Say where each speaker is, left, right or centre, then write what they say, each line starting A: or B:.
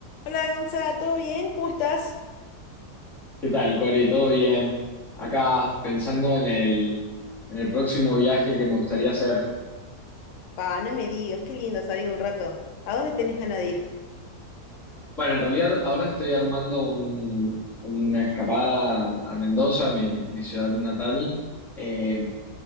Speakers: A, on the left (about 75°); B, in the centre.
A: Hola Gonza, ¿todo bien? ¿Cómo estás?
B: ¿Qué tal, Cori? ¿Todo bien? Acá pensando en el, en el próximo viaje que me gustaría hacer.
A: Pa, no me digas, qué lindo salir un rato. ¿A dónde tenés ganas de ir?
B: Bueno, en realidad ahora estoy armando un- una escapada a Mendoza, mi, mi ciudad natal. Eh,